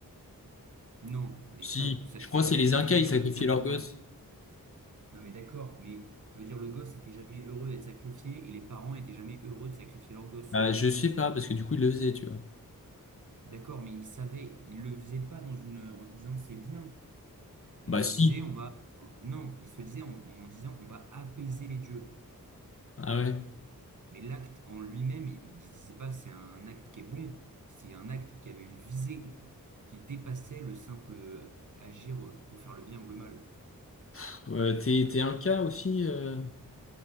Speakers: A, on the right (about 55°); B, on the left (about 40°).
A: Non, mais
B: Si,
A: ça, ça
B: je
A: te fait
B: crois
A: jamais
B: que c'est les
A: plaisir
B: Incas, ils sacrifiaient
A: de faire.
B: leurs
A: Non,
B: gosses.
A: non, mais d'accord, mais je veux dire, le gosse était jamais heureux d'être sacrifié et les parents étaient jamais heureux de sacrifier leur gosse.
B: Bah, je sais pas, parce que du coup, il le faisait, tu vois.
A: D'accord, mais ils savaient, ils le faisaient pas dans une, en se disant c'est bien. Il
B: Bah,
A: le
B: si.
A: disait, on va. Non, il se disait en, en disant on va apaiser les dieux.
B: Ah ouais.
A: Mais l'acte en lui-même, il ne se disait pas c'est un acte qui est bon, c'est un acte qui avait une visée, qui dépassait le simple euh, agir pour faire le bien ou le mal.
B: Pff, euh, t'es, t'es un cas aussi, euh,